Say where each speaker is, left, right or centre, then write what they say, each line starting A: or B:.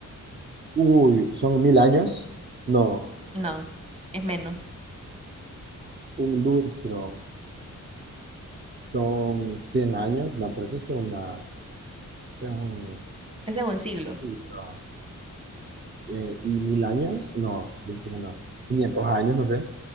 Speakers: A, on the right; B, on the right.
A: Uy, son mil años. No,
B: No, es menos.
A: un lustro. Son cien años. No, pero eso es una. es un-
B: Ese es un siglo.
A: no. Eh, ¿y mil años? No, yo creo que no. quinientos años, no sé.